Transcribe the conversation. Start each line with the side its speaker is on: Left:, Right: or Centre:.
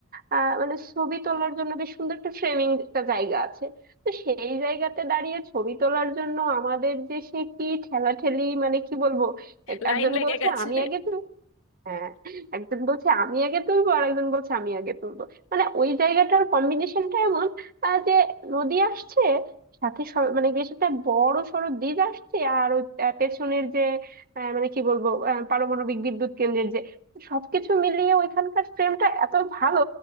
Right: আহ মানে ছবি তোলার জন্য বেশ সুন্দর একটা ফ্রেমিং একটা জায়গা আছে তো সেই জায়গাতে দাঁড়িয়ে ছবি তোলার জন্য আমাদের যে সে কি ঠেলাঠেলি মানে কি বলবো এক-
Left: লাইন
Right: একজন
Left: লেগে
Right: বলছে
Left: গেছে
Right: আমি আগে হ্যাঁ একজন বলছে আমি আগে তুলবো আর একজন বলছে আমি আগে তুলবো মানে ওই জায়গাটার কম্বিনেশনটা এমন আহ, যে নদী আসছে সাথে স- মানে বেশ একটা বড় সড়ো ব্রিজ আসছে আর ওই আহ, পেছনের যে আহ, মানে কি বলবো আহ, পারমাণবিক বিদ্যুৎ কেন্দ্রের যে সবকিছু মিলিয়ে ওইখানকার ফ্রেমটা এত ভালো